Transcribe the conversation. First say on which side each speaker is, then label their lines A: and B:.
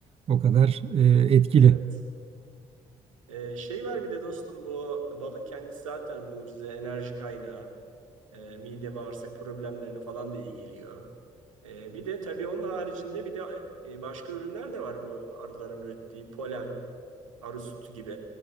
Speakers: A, on the right; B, on the right.
A: O kadar e, etkili.
B: evet. Ee, şey var bir de dostum bu balın kendisi zaten mucize enerji kaynağı. Ee, mide bağırsak problemlerine falan da iyi geliyor. Ee, bir de tabii onun haricinde bir de e, başka ürünler de var bu arıların ürettiği polen, arı sütü gibi.